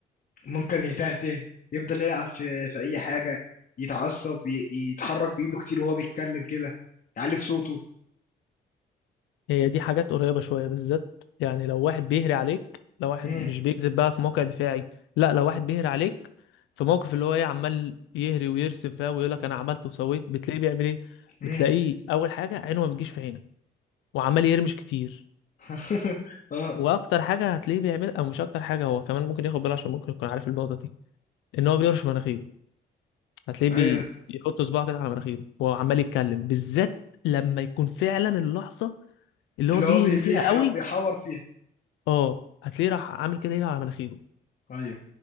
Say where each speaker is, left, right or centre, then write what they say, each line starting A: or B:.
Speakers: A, on the left (about 45°); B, on the left (about 85°).
A: ممكن يتهته يفضل يلعب في في اي حاجه يتعصب ي- يتحرك بايده كتير وهو بيتكلم كده يعلي في صوته
B: هي دي حاجات قريبة شوية بالذات يعني لو واحد بيهري عليك لو واحد
A: امم
B: مش بيكذب بقى في موقع دفاعي لا لو واحد بيهري عليك في موقف اللي هو ايه عمال يهري ويرسم فيها ويقول لك انا عملت وسويت بتلاقيه بيعمل ايه
A: امم
B: بتلاقيه اول حاجة عينه ما بتجيش في عينك وعمال يرمش كتير
A: <laughs> اه
B: واكتر حاجة هتلاقيه بيعمل او مش اكتر حاجة هو كمان ممكن ياخد باله عشان ممكن يكون عارف النقطة دي ان هو بيرش مناخيره هتلاقيه
A: ايوه
B: بي- بيحط صباعه كده على مناخيره وهو عمال يتكلم بالذات لما يكون فعلا اللحظة اللي
A: اللي
B: هو بيهري
A: هو بي- بيحرق
B: فيها قوي
A: بيحور فيها
B: اه هتلاقيه راح عامل كده ايده على مناخيره
A: ايوه